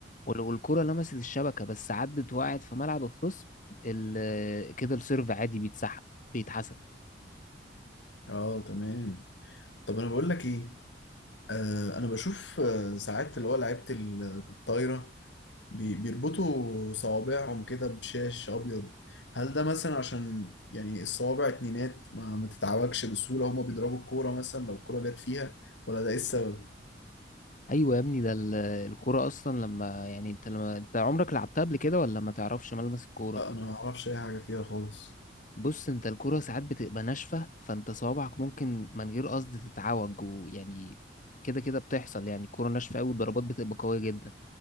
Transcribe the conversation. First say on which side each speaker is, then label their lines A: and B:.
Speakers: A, on the left; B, on the left.
A: ولو الكرة لمست الشبكة بس عدت وقعت في ملعب الخصم ال- كده السيرف عادي بيتسحب بيتحسب
B: اه تمام طب انا بقول لك ايه آه انا بشوف آه ساعات اللي هو لعيبه الطايره بي- بيربطوا صوابعهم كده بشاش أبيض هل ده مثلا عشان يعني الصوابع اتنينات ما, ما تتعوجش بسهولة هما بيضربوا الكورة مثلا لو الكورة جت فيها ولا ده إيه السبب؟
A: ايوه يا ابني ده ال- الكرة اصلا لما يعني انت لما انت عمرك لعبتها قبل كده ولا ما تعرفش ملمس الكرة
B: لا أنا ما أعرفش أي حاجة فيها خالص
A: بص انت الكرة ساعات بتبقى ناشفة فانت صوابعك ممكن من غير قصد تتعوج ويعني كده كده بتحصل يعني الكرة ناشفة قوي والضربات بتبقى قوية جدا